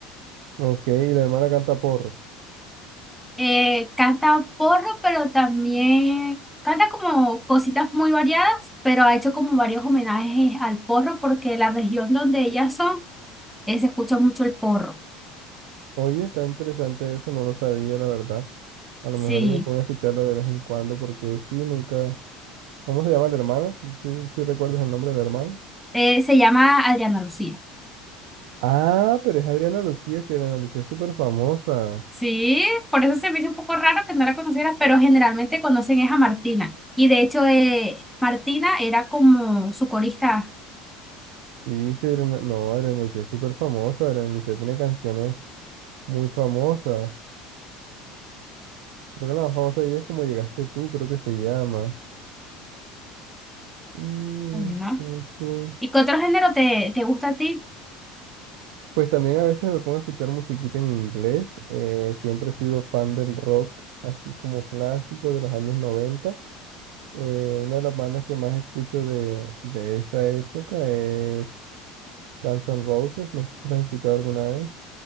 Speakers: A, on the right; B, in the centre.
A: Ok, y la hermana canta porro.
B: Eh, canta porro, pero también canta como cositas muy variadas, pero ha hecho como varios homenajes al porro porque la región donde ellas son, eh, se escucha mucho el porro,
A: Oye, está interesante eso, no lo sabía, la verdad. A lo
B: sí.
A: mejor me pongo a escucharla de vez en cuando, porque sí, nunca. ¿Cómo se llama la hermana? ¿Sí, sí recuerdas el nombre de la hermana?
B: Eh, se llama Adriana Lucía.
A: Ah, pero es Adriana Lucía, sí, Adriana Lucía es súper famosa.
B: Sí, por eso se me hizo un poco raro que no la conociera, pero generalmente conocen es a Martina. Y de hecho, eh, Martina era como su corista,
A: Sí, sí, Adriana... no, Adriana Lucía es súper famosa, Adriana Lucía tiene canciones Muy famosa. Creo que la más famosa de ella es Como llegaste tú, creo que se llama. Mm,
B: pues, ¿no?
A: tú, tú.
B: ¿Y qué otro género te, te gusta a ti?
A: Pues también a veces me pongo a escuchar musiquita en inglés. eh, siempre he sido fan del rock, así como clásico de los años noventa Eh, una de las bandas que más escucho de, de esa época es Guns N' Roses. No sé si las has escuchado alguna vez.